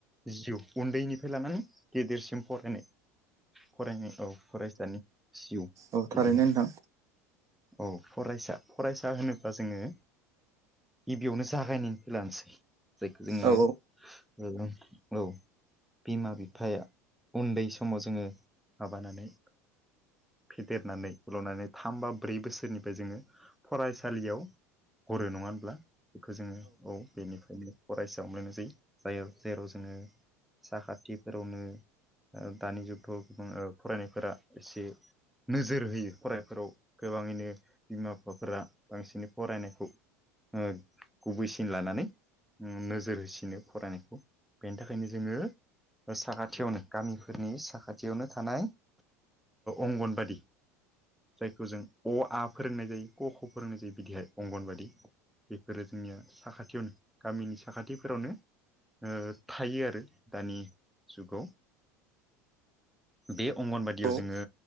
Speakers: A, in the centre; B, on the right.
A: जिउ उन्दैनिफ्राय लानानै गेदेरसिम फरायनाय फरायनाय औ फरायसानि जिउ
B: औ
A: बिदिहाय
B: थारैनो नोंथां
A: औ फरायसा फरायसा होनोब्ला जोङो गिबियावनो जागायनायनिखौै लानोसै जायखौ जोङो
B: औ
A: औ बिमा बिफाया उन्दै समाव जोङो माबानानै फेदेरनानै फोलावनानै थाम बा ब्रै बोसोरनिफ्राय जोङो फरायसालियाव गरु नङा होनब्ला बेखौ जोङो औ बेनिफ्रायनो फरायसायाव लनाय जायो ज जेराव जोङो साखाथिफोरावनो दानि जुगथाव गोबां फरायनायफोरा एसे नोजोर होयो फरायफोराव गोबाङैनो बिमा बिफाफोरा बांसिन फरायनायखौ ओ गुबैसिन लानानै नोजोर होसिनो फरायनायखौ बेनि थाखायनो जोङो साखाथियावनो गामिफोरनि साखाथियावनो थानाय अंगनबादि जायखौ जों अ आ फोरोंनाय जायो क ख फोरोंनाय जायो बिदिहाय अंगनबादि बेफोरो जोंनिया साखाथियावनो गामिनि साखाथिफोरावनो ओ थायो आरो दानि जुगाव बे अंगनबादियाव
B: औ
A: जोङो